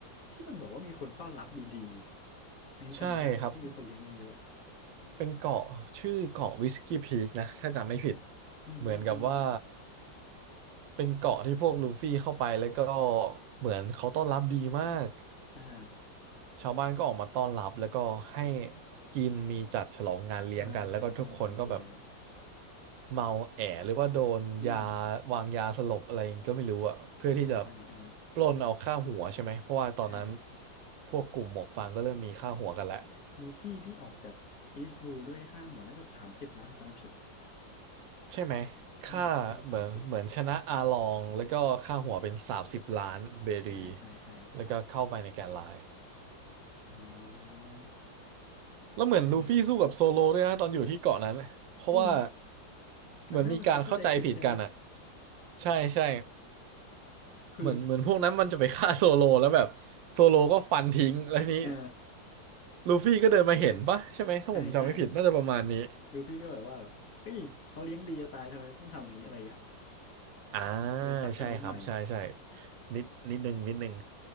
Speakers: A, on the left; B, on the right.
A: ที่มันบอกว่ามีคนต้อนรับดีๆ อันนี้จำได้ที่มีคนเลี้ยงเยอะ
B: ใช่ครับ เป็นเกาะชื่อเกาะวิสกี้พีกนะถ้าจำไม่ผิด
A: ๆอืมฮึอืมฮึ
B: เหมือนกับว่าเป็นเกาะที่พวกลูฟี่เข้าไปแล้วก็เหมือนเขาต้อนรับดีมาก
A: อ่า
B: ชาวบ้านก็ออกมาต้อนรับแล้วก็ให้กินมีจัดฉลองงานเลี้ยงกันแล้วก็ทุกคนก็แบบ
A: อ่าจำได้จำได้เลยเนี่ย
B: เมาแอหรือว่าโดนยา
A: อืม
B: วางยาสลบอะไรก็ไม่รู้อะเพื่อที่จะ
A: อ่าอ่าอ่า
B: ปล้นเอาค่าหัวใช่ไหมเพราะว่าตอนนั้น
A: ใช่
B: พวกกลุ่มหมวกฟางก็เริ่มมีค่าหัวกันแล้ว
A: ลูฟี่ที่ออกจากอีสต์บลูด้วยค่าหัวน่าจะสามสิบนะถ้าจำไม่ผิด
B: ใช่ไหมค่าเหมือนเหมือนชนะอาลองแล้วก็ค่าหัวเป็นสามสิบล้านเบรี
A: ใช่ใช่น่าจะสามสิบใช่ใช่ใช่
B: แล้วก็เข้าไปในแกนไลน์
A: อ่า
B: แล้วเหมือนลูฟี่สู้กับโซโลด้วยนะตอนอยู่ที่เกาะนั้นเพราะว่า
A: เออเออเออ
B: เหมือนมีการเข้าใจผิดกันอ่ะ
A: จำได้ว่ามันจะเข้าใจผิดใช่ไหม
B: ใช่ใช่
A: <laughs>
B: เหมือนเหมือนพวกนั้นมันจะไปฆ่าโซโลแล้วแบบโซโลก็ฟันทิ้งแล้วทีนี้
A: คือเออ
B: ลูฟี่ก็เดินมาเห็นปะใช่ไหมถ้าผมจำไม่ผิดน่าจะประมาณนี้
A: ใช่ใช่ดูพี่ก็แบบว่าแบบเฮ้ยเขาเลี้ยงดีจะตายทำไมต้องทำอย่างนี้อะไรอย่างเงี้ย
B: อ่า
A: เลยซัดกันนิดหน่อย
B: ใช่ครับใช่ใช่นิดนิดนึงนิดนึง